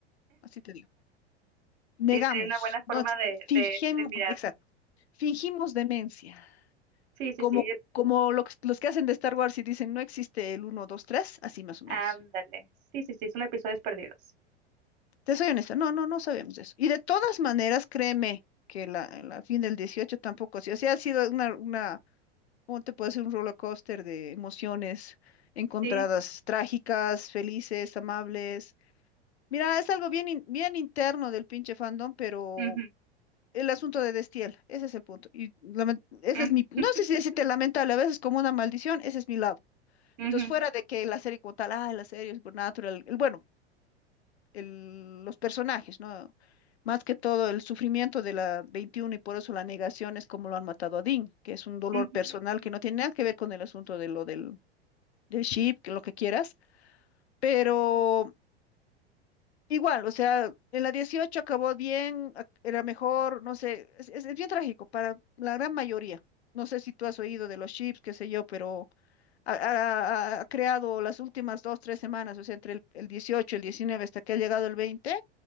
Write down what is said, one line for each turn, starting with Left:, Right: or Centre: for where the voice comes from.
Left: así te digo.
Right: Sí,
Left: Negamos,
Right: sería una buena forma
Left: no ex-
Right: de,
Left: fingimos,
Right: de, de mirarlo.
Left: exacto, fingimos demencia,
Right: Sí, sí,
Left: como,
Right: sí.
Left: como lo que- los que hacen de Star Wars y dicen no existe el 1, 2, 3, así más o
Right: Ándale.
Left: menos.
Right: Sí, sí, sí, son episodios perdidos.
Left: Te soy honesta, no, no, no sabemos de eso. Y de todas maneras, créeme que la, la fin del 18 tampoco ha sido, o sea, ha sido una, una ¿Cómo te puede ser un roller coaster de emociones encontradas,
Right: Sí.
Left: trágicas, felices, amables? Mira, es algo bien, in- bien interno del pinche fandom, pero
Right: ujú,
Left: el asunto de Destiel, ese es el punto. Y lament- ese
Right: ujú,
Left: es mi, no
Right: <laughs>
Left: sé si decirte lamentable, a veces como una maldición, ese es mi lado.
Right: ujú,
Left: Entonces, fuera de que la serie como tal, ah, la serie es natural, el, bueno, el- los personajes, ¿no? Más que todo el sufrimiento de la 21 y por eso la negación es como lo han matado a Dean, que es un dolor
Right: ujú,
Left: personal
Right: ujú.
Left: que no tiene nada que ver con el asunto de lo del de ship, que lo que quieras, pero igual, o sea, en la 18 acabó bien, ac- era mejor, no sé, es, es- es bien trágico para la gran mayoría. No sé si tú has oído de los chips, qué sé yo, pero ha, ha- ha- ha creado las últimas dos, tres semanas, o sea, entre el, el 18 y el 19 hasta que ha llegado el 20